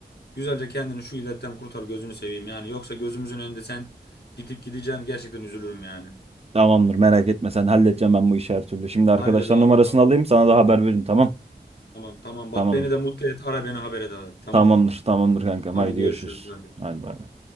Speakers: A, on the left; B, on the right.
A: Güzelce kendini şu illetten kurtar gözünü seveyim yani. Yoksa gözümüzün önünde sen gidip gideceksin gerçekten üzülürüm yani.
B: Tamamdır. Merak etme sen. Halledeceğim ben bu işi her türlü. Şimdi arkadaştan
A: Hallet abi
B: numarasını
A: bak.
B: alayım. Sana da haber veririm. Tamam.
A: Tamam tamam bak
B: Tamamdır.
A: beni de mutlu et ara beni haber et abi. Tamam
B: Tamamdır. Tamamdır kankam.
A: hadi
B: Haydi
A: görüşürüz
B: görüşürüz.
A: hadi.
B: Hadi bay bay.